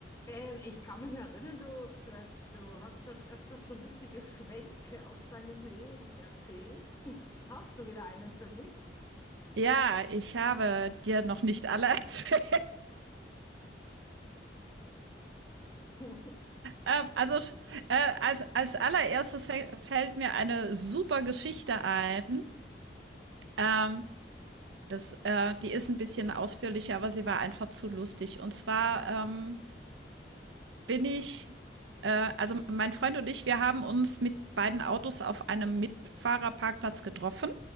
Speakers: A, on the left; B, on the right.
A: Ähm, ich kann mich erinnern, du, du, du hast schon öfters so lustige Schwenke aus deinem Leben erzählt. <laughs> Hast du wieder einen für mich?
B: Ja, ich habe dir noch nicht alle <laughs> erzählt.
A: <laughs>
B: Ähm, also sch- äh, als, als allererstes fäll- fällt mir eine super Geschichte ein. Ähm, das, äh, die ist ein bisschen ausführlicher, aber sie war einfach zu lustig. Und zwar ähm, bin ich, äh, also mein Freund und ich, wir haben uns mit beiden Autos auf einem Mitfahrerparkplatz getroffen